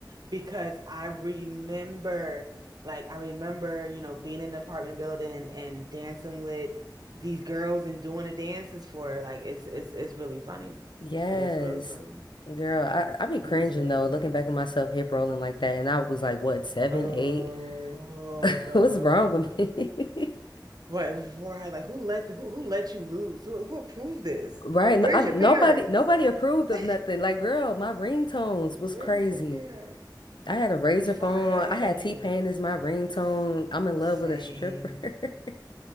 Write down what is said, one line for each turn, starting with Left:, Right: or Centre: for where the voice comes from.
Right: because I remember, like, I remember, you know, being in an apartment building and dancing with these girls and doing the dances for her. Like, it's it's it's really funny.
Left: Yes.
Right: It's really funny.
Left: Girl, I I be
Right: It's
Left: cringing
Right: really
Left: though,
Right: funny.
Left: looking back at myself hip rolling like that, and I was like, what, seven,
Right: Oh,
Left: eight? <laughs>
Right: God.
Left: What's wrong with me? <laughs>
Right: Right, right. Like, who let who who let you lose? Who who approved this?
Left: Right?
Right: Where's
Left: No, I, nobody
Right: your parents?
Left: nobody approved
Right: <laughs>
Left: of nothing. Like, girl, my ringtones was
Right: Where's
Left: crazy.
Right: your parents?
Left: I had a razor
Right: Right.
Left: phone. I had T-Pain as my ringtone.
Right: S-
Left: I'm in
Right: Same.
Left: love with a stripper. <laughs>